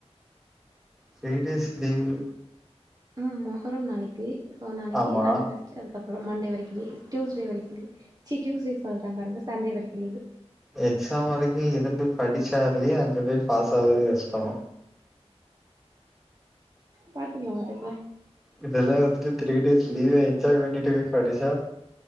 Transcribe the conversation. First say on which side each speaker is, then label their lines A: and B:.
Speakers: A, in the centre; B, on the right.
A: சே டேஸ் லீவு
B: ம் மொகரம் நாளைக்கி சோ நாளைக்கி
A: ஆமா
B: நால்ல க ழிச்சு அதுக்கப்புறம் மண்டே வரைக் லீவ் டியூஸ்டே வரைக் லீவ் சீ டியூஸ்டே சொல்றே பாருங்க சண்டே வரைக்கு லீவு
A: எக்சாம் வரைக்கு இருந்து படிச்சாலே அங்க போய் பாஸ் ஆவுறது கஷ்டோ
B: பாத்துக்கலா பாத்துக்கலா
A: இதெல்லா வந்துட்டு த்ரீ டேஸ் லீவ் என்ஜாய் பண்ணிட்டு போய் படிச்சா